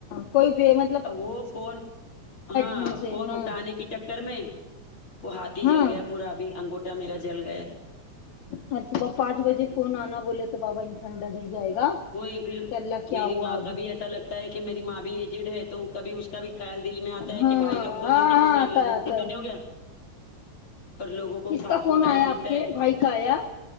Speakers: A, on the left (about 70°); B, on the left (about 45°).
A: کوئی بہ مت
B: آ وہ فون ہاں
A: نیوز ہے
B: فون
A: ہاں
B: اٹھانے کی چکر کر میں وہ ہاتھی
A: ہاں
B: جل گیا پورا ابھی انگوٹا میرا جل گیا
A: اور صبح پانچ بجے فون آنا بولے تو بابا انسان ڈر ہی جائے گا
B: وہی پھر
A: کہ اللہ کیا
B: میری
A: ہوا
B: ماں
A: اب
B: کا بھی ایسا لگتا ہے کہ میری ماں بھی ایجڈ ہے تو کبھی اس اس کا بھی خیال دل میں آتا ہے
A: ہاں
B: کہ بھائی
A: ہاں
B: لوگ تو
A: ہاں
B: نہیں کہ کچھ ایمرجنسی
A: آتا ہے آتا
B: تو نہیں
A: ہے
B: ہو گیا اور لوگوں کو
A: کس
B: فالتو
A: کا فون
B: ٹائم
A: آیا
B: دیتا
A: آپ کے
B: ہے
A: بھائی کا آیا